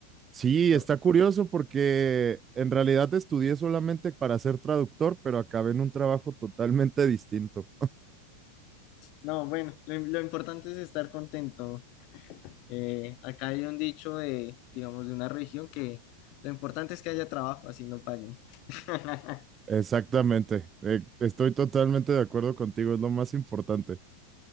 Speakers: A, on the right; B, on the left.
A: Sí,
B: Pero-
A: está curioso porque en realidad estudié solamente para ser traductor, pero acabé en un trabajo totalmente distinto.
B: No, bueno, lo, lo importante es estar contento. Eh, acá hay un dicho de, digamos, de una región que lo importante es que haya trabajo, así no paguen. <laughs>
A: Exactamente, eh, estoy totalmente de acuerdo contigo, es lo más importante.